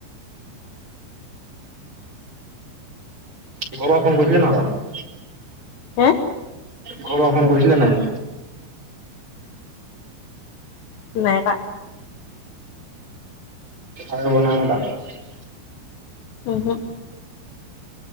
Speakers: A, on the right; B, on the left.
A: ইকৰ পৰা ফোন কৰিছিলে নহয়।
B: হে?
A: ঘৰ পৰা ফোন কৰিচিলে নাই?
B: নাই কৰা।
A: আৰু <unintelligible>
B: ওহো।